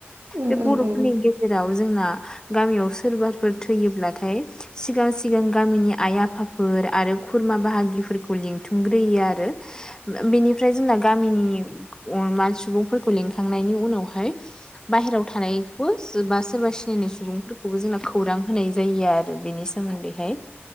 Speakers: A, on the right; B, on the left.
A: उम
B: बे
A: उम
B: बर'फोरनि
A: उम
B: जेराव जोंना गामियाव सोरबाफोर थैयोब्लाथाय सिगां सिगां गामिनि आइ आफाफोर आरो खुरमा बाहागिफोरखौ लिंथुमग्रोयो आरो बेनिफ्राय जोंना गामिनि सुबुंफोरखौ लिंखांनायनि उनावहाय बाहेरायाव थानायखौबो बा सोरबा सिनायनाय सुबुंफोरखौबो जोंना खौरां होनाय जायो आरो बेनि सोमोनदैहाय।